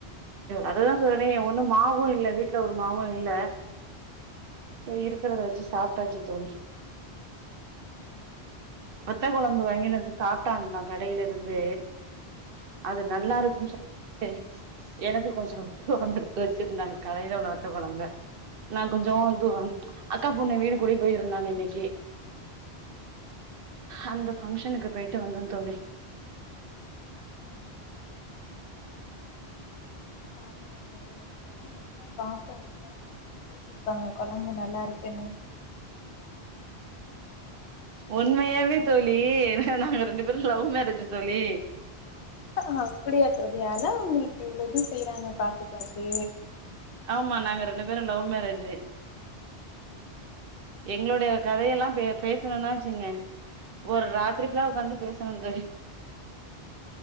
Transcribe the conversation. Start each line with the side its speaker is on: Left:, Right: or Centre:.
Right: அதுதா சொல்றேனே ஒண்ணும் மாவும் இல்ல வீட்டுல ஒரு மாவும் இல்ல ச இருக்கிறத வச்சு சாப்பிட்டாச்சு தோழி
Left: <inaudible>
Right: வத்த குழம்பு வாங்கனு வந்து சாப்பிட்டாங்களா கடையில இருந்து அது நல்லா இருக்குனு சொல் எனக்கு கொஞ்சம் இத்தோனு எடுத்து வச்சிருந்தாங்க கடையில உள்ள வத்த குழம்ப நா கொஞ்ச வந்து அக்கா பொண்ணு வீடு கூடி போயிருந்தாங்க இன்னைக்கு அந்த ஃபங்க்ஷனுக்கு போயிட்டு வந்த தோழி
Left: <inaudible> பாருங்கத்த ஒடிவங்க எவ்வளவு பாசம் இருந்தா உங்களுக்கு எடுத்து வச்சிருப்பாங்க குழம்பு நல்லா இருக்குன்னு
Right: உண்மையாவே தோழி ஏ நாங்க ரெண்டு பேரு லவ் மேரேஜ் தோழி
Left: ஹ அப்படியா தோழி அதா உங்களுக்கு இவ்வளோது செய்றாங்க பாத்து பாத்து
Right: ஆமா நாங்க ரெண்டு பேரு லவ் மேரேஜு
Left: ஓ
Right: எங்களுடைய கதையெல்லா பே பேசணும்ன்னா வச்சுங்கோங்க ஒரு ராத்திரிபுல்லா உட்காந்து பேசணு தோழி